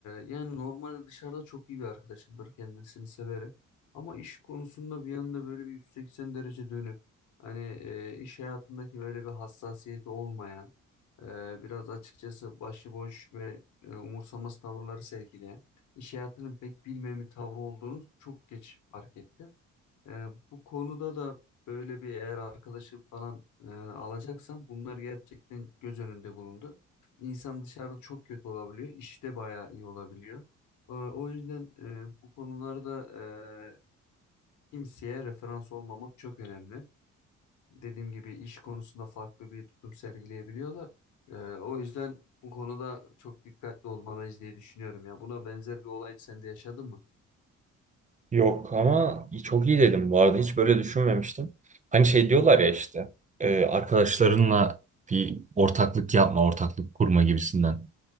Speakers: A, on the left; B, on the right.
A: yani normal dışarıda çok iyi bir arkadaşımdır kendisini severim. Ama iş konusunda bir anda böyle bir 180 derece dönüp hani e, iş hayatındaki böyle bir hassasiyeti olmayan e, biraz açıkçası başıboş ve e, umursamaz tavırları sergileyen iş hayatını pek bilmeyen bir tavrı olduğunu çok geç fark etti. Ee, bu konuda da böyle bir eğer arkadaşı falan e, alacaksan bunlar gerçekten göz önünde bulundu. İnsan dışarıda çok kötü olabiliyor, işte bayağı iyi olabiliyor. Ee, o yüzden e, bu konularda e, kimseye referans olmamak çok önemli. Dediğim gibi iş konusunda farklı bir tutum sergileyebiliyorlar. Ee, o yüzden bu konuda çok dikkatli olmalıyız diye düşünüyorum ya. Buna benzer bir olay sen de yaşadın mı?
B: Yok ama çok iyi dedim bu arada hiç böyle düşünmemiştim. Hani şey diyorlar ya işte Ee, arkadaşlarınla bir ortaklık yapma, ortaklık kurma gibisinden.